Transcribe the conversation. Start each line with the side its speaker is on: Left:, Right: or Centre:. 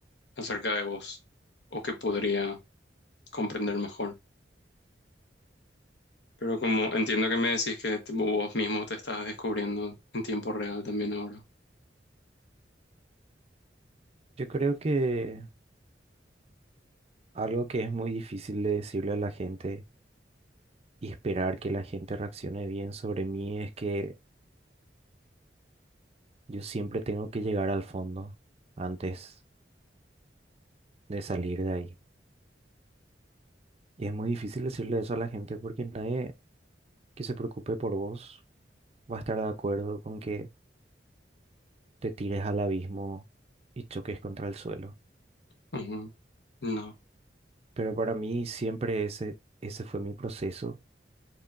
Left: acerca de vos, o que podría comprender mejor. Pero como entiendo que me decís que tipo, vos mismo te estás descubriendo en tiempo real también ahora.
Right: Yo creo que algo que es muy difícil de decirle a la gente y esperar que la gente reaccione bien sobre mí es que yo siempre tengo que llegar al fondo antes de salir de ahí. Y es muy difícil decirle eso a la gente porque nadie que se preocupe por vos. va a estar de acuerdo con que te tires al abismo y choques contra el suelo.
Left: Ujú. No,
Right: Pero para mí siempre ese, ese fue mi proceso